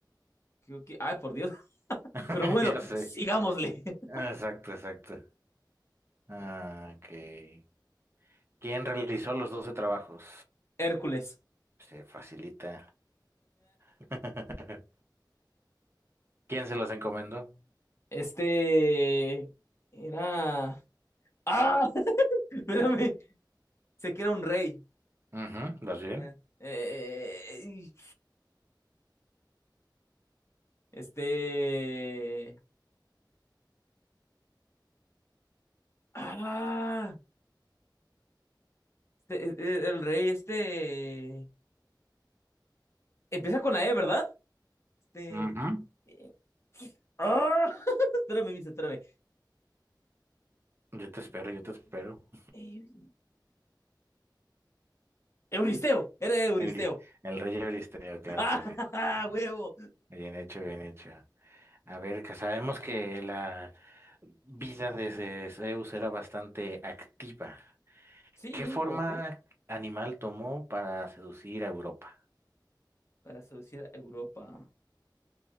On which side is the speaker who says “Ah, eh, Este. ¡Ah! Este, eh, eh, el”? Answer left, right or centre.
Left